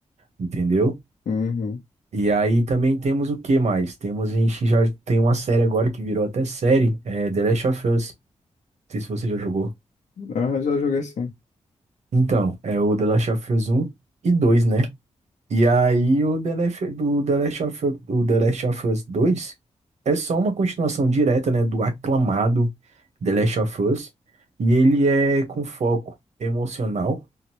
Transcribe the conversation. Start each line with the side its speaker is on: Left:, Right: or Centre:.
Right: entendeu?
Left: Uhum.
Right: E aí também temos o que mais? Temos, a gente já tem uma série agora que virou até série, é The Last of Us. Não sei se você já jogou.
Left: Aham, já joguei sim.
Right: Então, é o The Last of Us 1 e dois, né? E aí o The Last, o The Last of, o The Last of Us 2 é só uma continuação direta, né, do aclamado The Last of Us, e ele é com foco emocional